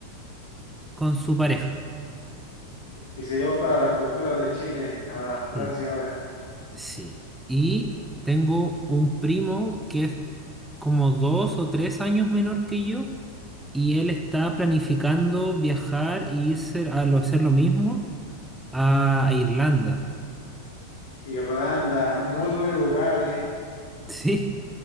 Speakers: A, in the centre; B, on the left (about 60°).
A: con su pareja.
B: Y se llevó toda la cultura de Chile a Francia
A: Sí,
B: ahora.
A: sí. Y tengo un primo que es como dos o tres años menor que yo y él está planificando viajar e irse a lo- hacer lo mismo a, a Irlanda. <laughs>
B: Irlanda, muy buen lugar, ¿eh?
A: Sí,